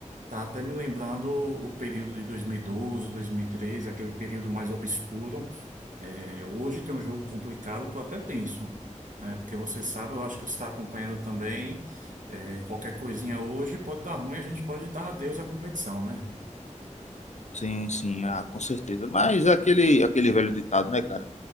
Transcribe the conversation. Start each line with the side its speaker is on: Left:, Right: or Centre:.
Right: Tá até me lembrando o período de 2012, 2013, aquele período mais obscuro. É, hoje tem um jogo complicado, tô até tenso, né? Porque você sabe, eu acho que você está acompanhando também. É, qualquer coisinha hoje pode dar ruim, a gente pode dar adeus à competição, né?
Left: Sim, sim, ah, com certeza. Mas é aquele aquele velho ditado, né, cara?